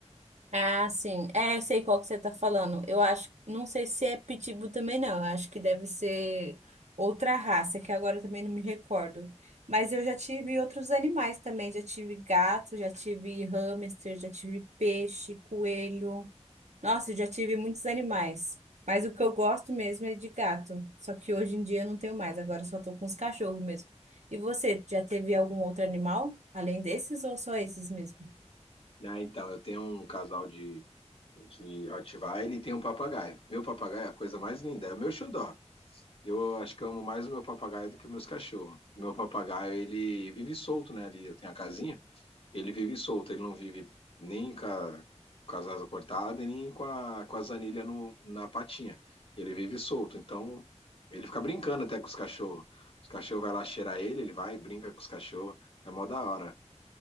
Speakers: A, on the right; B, on the left.
A: Ah, sim. É, eu sei qual que você tá falando. Eu acho, não sei se é pitbull também não. Eu acho que deve ser outra raça, que agora eu também não me recordo. Mas eu já tive outros animais também. Já tive gato, já tive hamster, já tive peixe, coelho. Nossa, eu já tive muitos animais. Mas o que eu gosto mesmo é de gato. Só que hoje em dia eu não tenho mais. Agora eu só tô com os cachorros mesmo. E você, já teve algum outro animal além desses ou só esses mesmo?
B: Ah, então, eu tenho um casal de, de Rottweiler e tenho um papagaio. Meu papagaio é a coisa mais linda, é o meu xodó. Eu acho que eu amo mais o meu papagaio do que os meus cachorros. Meu papagaio, ele vive solto, né, ali. Eu tenho a casinha. Ele vive solto, ele não vive nem com, a, com as asas cortadas e nem com a, com as anilhas no, na patinha. Ele vive solto, então ele fica brincando até com os cachorros. Os cachorros vai lá cheirar ele, ele vai, e brinca com os cachorros. É mó da hora.